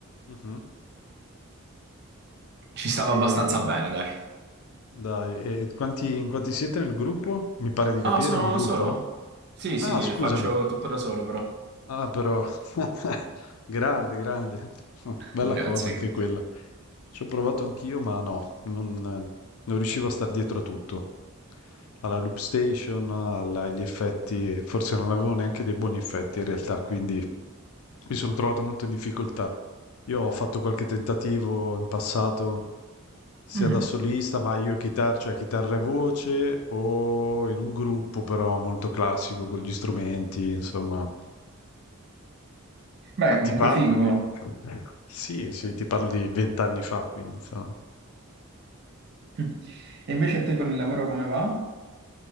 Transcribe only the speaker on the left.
Mhm.
E,
dai, e quanti, in quanti siete nel gruppo? Mi pare di
capire,
è un gruppo,
no?
Ah, scusami.
Ah, però, <laughs> grande, grande. Bella
cosa anche
quella. Ci ho provato anch'io, ma no, non, non riuscivo a star dietro a tutto. Alla loop station, alla- agli effetti, forse non avevo neanche dei buoni effetti in realtà, quindi Mi sono trovato molto in difficoltà. Io ho fatto qualche tentativo in passato, sia
da solista, ma io chitarra, cioè chitarra e voce, o in un gruppo però molto classico con gli strumenti, insomma.
Ma ti
parlo
di... Sì, sì, ti parlo di vent'anni fa, quindi insomma.